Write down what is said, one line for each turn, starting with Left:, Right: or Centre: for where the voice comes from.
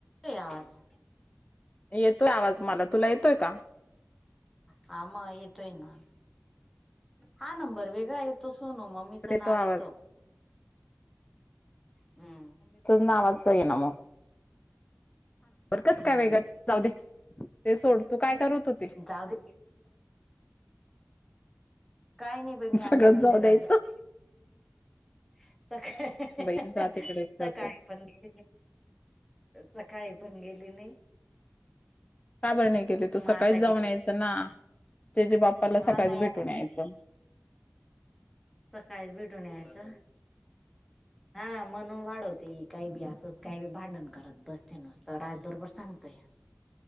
Centre: ये आस
Left: येतोय आवाज मला. तुला येतोय का?
Centre: हा मग येतोय ना. हा नंबर वेगळा आहे तो सोनू म्हणू मुलीच
Left: येतो
Centre: नाव
Left: आवाज
Centre: येतं. हम
Left: नावाच आहे ना मग कस
Centre: हम्म
Left: काय वेगळ जाऊ दे. ते सोड तू काय करत होती.
Centre: जाऊ दे काय नाही पण मी आता
Left: सगळं
Centre: मंदिरात
Left: जाऊ द्यायचं
Centre: जात <unintelligible> सकाळी.
Left: बाई जा तिकडे
Centre: <unintelligible>
Left: करतो
Centre: सकाळी पण गेली. सकाळी पण गेली नाही.
Left: का बर गेली
Centre: मग
Left: तू सकाळीच
Centre: आता
Left: जाऊन
Centre: गे
Left: यायच ना त्याच्या बाप्पाला सकाळीच
Centre: हा नाही
Left: भेटून यायचं.
Centre: सकाळीच भेटूनू यायच.
Left: <unintelligible>
Centre: हा म्हणून वाढवते काही बी अस काही बी भांडण करत बसते नसत राज बरोबर सांगतोय.